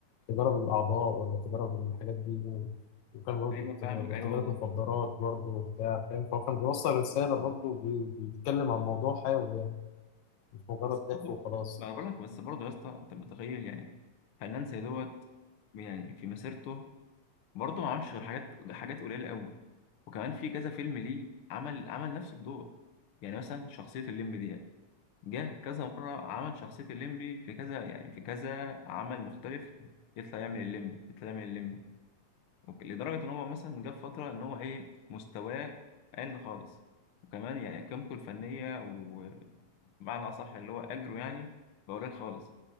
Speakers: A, on the left; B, on the left.
A: تجارب الأعضاء ولا تجارب الحاجات دي و- وكان برضه
B: ايوه
A: ت-
B: فاهمك ايوه
A: تجارة
B: والله
A: مخدرات برضه وبتاع فاهم فهو كان بيوصل رسالة برضه وبي- بيتكلم عن موضوع حيوي يعني مش مجرد
B: بس
A: ضحك
B: برضو
A: وخلاص
B: ما انا بقول لك بس برضو يا اسطى انت متخيل يعني فنان زي دوت يعني في مسيرته برضو ما عملش غير حاجات حاجات قليله قوي وكمان في كذا فيلم ليه عمل عمل نفس الدور يعني مثلا شخصيه الليمبي دي جه كذا مرة عمل شخصية الليمبي في كذا يعني في كذا عمل مختلف يطلع يعمل الليمبي يطلع يعمل الليمبي وك- لدرجة إن هو مثلا جه في فترة إن هو إيه مستواه قل خالص وكمان يعني قيمته الفنية ومعنى أصح اللي هو أجره يعني بقى قليل خالص